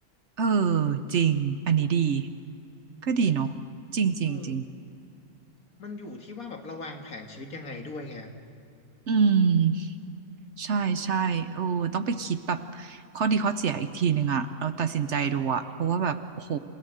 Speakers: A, on the right; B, on the left.
A: เออจริง อันนี้ดี ก็ดีเนาะจริงจริงจริง
B: เออมันอยู่ที่ว่าแบบเราวางแผนชีวิตยังไงด้วยไง
A: อืม ใช่ใช่เออต้องไปคิดแบบ ข้อดีข้อเสียอีกทีหนึ่งอะ เราตัดสินใจดูอะเพราะว่าแบบโอ้โห
B: อืม